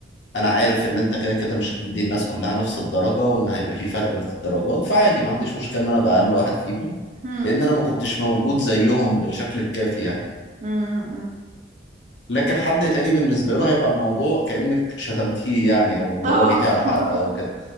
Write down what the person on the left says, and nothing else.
انا عارف ان انت كده كده مش هتدي الناس كلها نفس الدرجه وان هيبقى في فرق في الدرجات فعادي ما عنديش مشكله ان انا ابقى اقل واحد فيهم
لان انا ما كنتش موجود زيهم بالشكل الكافي يعني
لكن حد تاني بالنسبة له هيبقى الموضوع كأنك شتمتيه يعني او اللي
هو جيتي
على حقه او كده